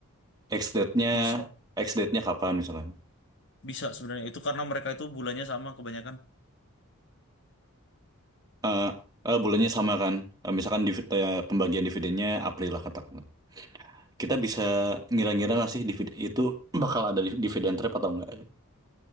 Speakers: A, on the right; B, on the left.
A: Ex date-nya
B: bisa
A: ex date-nya kapan misalkan
B: bisa sebenarnya itu karena mereka itu bulannya sama kebanyakan
A: eh eh, bulannya sama kan. Eh, misalkan divid, eh, pembagian dividennya April lah katakanlah. Kita bisa ngira-ngira nggak sih dividen itu bakal ada div- dividen trap atau enggak?